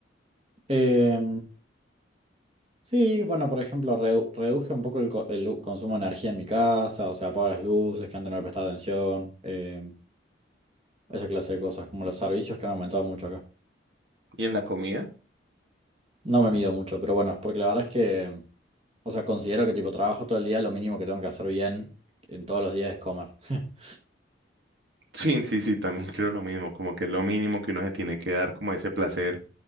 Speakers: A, on the right; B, on the right.
A: Eh, Sí, bueno, por ejemplo, reu- reduje un poco el, co- el u- consumo de energía en mi casa, o sea, apago las luces, que antes no le prestaba atención, eh, esa clase de cosas, como los servicios que han aumentado mucho acá.
B: ¿Y en la comida? <laughs>
A: No me mido mucho, pero bueno, es porque la verdad es que, em, o sea, considero que tipo trabajo todo el día, lo mínimo que tengo que hacer bien en todos los días es comer. <laughs>
B: Sí, sí, sí, también creo lo mismo, como que es lo mínimo que uno se tiene que dar como ese placer